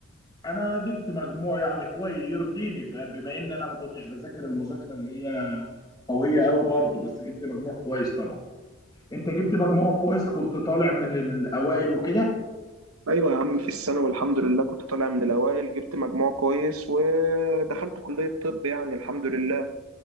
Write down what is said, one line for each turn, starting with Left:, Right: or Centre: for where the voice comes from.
Left: انا جبت مجموع يعني كويس يرضيني فبما ان انا ما كنتش بذاكر المذاكره اللي هي قويه قوي برضو بس جبت مجموع كويس طبعا انت جبت مجموع كويس كنت طالع من الاوائل وكده
Right: أيوة يا عم في الثانوي الحمد لله كنت طالع من الأوائل جبت مجموع كويس ودخلت كلية طب يعني الحمد لله